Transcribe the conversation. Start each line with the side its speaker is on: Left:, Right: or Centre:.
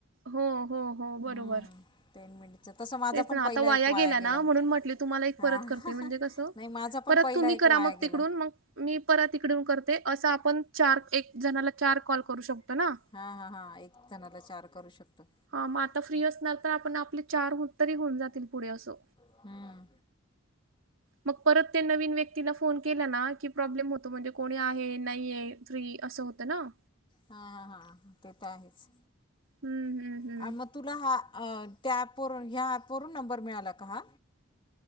Right: हो हो हो बरोबर.
Left: हम्म टेन मिनिटचं तसं माझा
Right: तेच
Left: पण
Right: ना आता
Left: पहिला
Right: वाया
Left: एक
Right: गेल ना,
Left: गेला
Right: म्हणून म्हटले तुम्हाला एक
Left: हां
Right: परत करते म्हणजे कसं
Left: नाही माझा पण
Right: परत
Left: पहिला
Right: तुम्ही
Left: एक
Right: करा
Left: वाया
Right: मग तिकडून
Left: गेला
Right: मग मी परत इकडून करते. असं आपण चार एक जणाला चार कॉल करू शकतो ना.
Left: हा हा हा एक जणाला चार करू शकतो.
Right: हा मग आता फ्री असणार तर, आपण आपले चार गुत तरी होऊन जातील पुढे असं.
Left: हा.
Right: मग परत ते नवीन व्यक्तीला फोन केला ना, की प्रॉब्लेम होतो म्हणजे कोण णी आहे, नाहीे आहे फ्री असं होत ना.
Left: हा हा ते तर आहेच.
Right: हम्म हम्म हम्म
Left: आणि मग तुला हा अ त्या ॲपवरून, ह्या ॲपवरून नंबर मिळाला का हा?